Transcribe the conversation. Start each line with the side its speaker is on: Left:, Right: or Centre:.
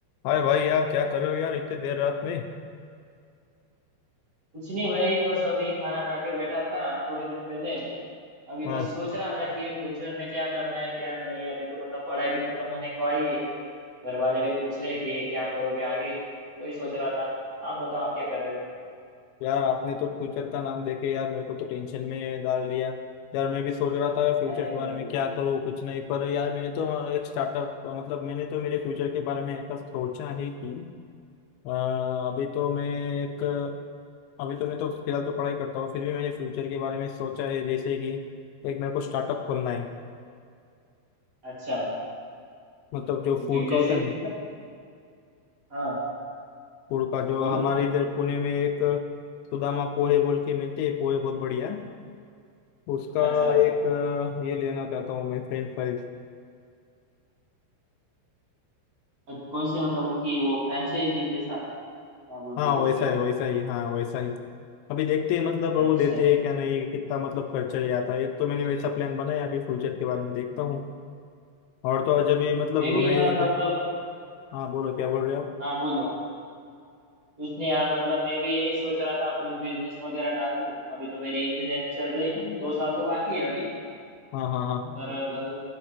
Left: हाय भाई यार क्या कर रहे हो यार इतने देर रात में
Right: कुछ नहीं भाई बस अभी खाना खा के बैठा था थोड़ी देर पहले अभी
Left: हाँ
Right: बस सोच रहा था कि फ्यूचर में क्या करना है क्या नहीं अभी तो मतलब पढ़ाई भी खत्म होने को आई है घर वाले भी पूछ रहे कि क्या करोगे आगे वही सोच रहा था आप बताओ आप क्या कर रहे थे
Left: यार आपने तो फ्यूचर का नाम देके यार मेरे को तो टेंशन में डाल दिया यार मैं भी सोच रहा था फ्यूचर
Right: अरे
Left: के
Right: भाई
Left: बारे में क्या करूँ कुछ नहीं पर यार मैंने तो एक स्टार्टअप मतलब मैंने तो मेरे फ्यूचर के बारे में ऐसा सोचा है कि अ, अभी तो मैं एक अभी तो मैं तो फिलहाल तो पढ़ाई करता हूँ फिर भी मैंने फ्यूचर के बारे में सोचा है जैसे कि एक मेरे को स्टार्टअप खोलना है
Right: अच्छा
Left: मतलब जो फूड
Right: जी- जैसे
Left: का होता है
Right: कि
Left: ना
Right: हाँ
Left: गुड़ का जो
Right: बोलो
Left: हमारे इधर पुणे में एक सुदामा पोहे बोल के मिलती है पोहे बहुत बढ़िया है। उसका
Right: अच्छा
Left: एक अ, ये लेना चाहता हूँ मैं फ्रेंच फ्राइज
Right: अ- कौन से मतलब उनकी वो फ्रेंचाइजी जैसा क्या बोलते
Left: हाँ
Right: हैं
Left: वैसा
Right: उसको यार
Left: ही वैसा ही हाँ वैसा ही अभी देखते हैं मतलब वो
Right: अच्छा
Left: देते हैं क्या नहीं कितना मतलब खर्चा ही आता है एक तो मैंने वैसा प्लान बनाया अभी फ्यूचर के बारे में देखता हूँ और तो और जब ये मतलब
Right: मैं भी
Left: मैं
Right: यार
Left: इधर
Right: मतलब
Left: हाँ बोलो क्या बोल रहे हो
Right: हाँ बोलो कुछ नहीं यार मतलब मैं भी यही सोच रहा था कुछ बिजनेस वगैरह डाल दूं अभी तो मेरी इंजीनियरिंग चल रही है
Left: आप
Right: दो साल तो बाकी है अभी
Left: हाँ हाँ हाँ
Right: पर घर